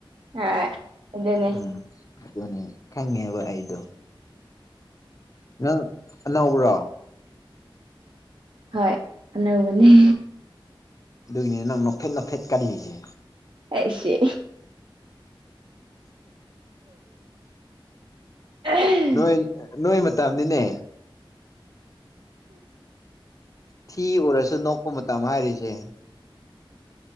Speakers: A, on the right (about 60°); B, on the left (about 40°).
A: ꯍꯣꯏ ꯑꯗꯨꯅꯤ꯫
B: ꯎꯝ ꯑꯗꯨꯅꯦ ꯈꯪꯉꯦꯕ ꯑꯩꯗꯣ ꯅꯪ ꯑꯅꯧꯕ꯭ꯔꯣ
A: ꯍꯣꯏ ꯑꯅꯧꯕꯅꯤ꯫
B: ꯑꯗꯨꯒꯤꯅꯤ ꯅꯪ ꯅꯣꯛꯐꯦꯠ ꯅꯣꯛꯐꯦꯠ ꯀꯜꯂꯤꯖꯦ
A: ꯑꯩ ꯁꯦ ꯑꯩꯈꯣꯏ
B: ꯅꯣꯏ ꯅꯣꯏ ꯃ ꯇꯝꯅꯤꯅꯦ ꯊꯤ ꯎꯔꯁꯨ ꯅꯣꯛꯄ ꯃꯇꯝ ꯍꯥꯏꯔꯤꯁꯦ꯫